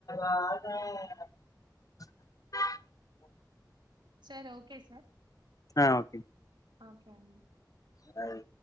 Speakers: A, on the left (about 50°); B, on the right (about 85°).
A: ఆ <unintelligible>
B: సర్ ఓకే సార్
A: ఆ ఓకే
B: ఓకే అండి
A: బాయ్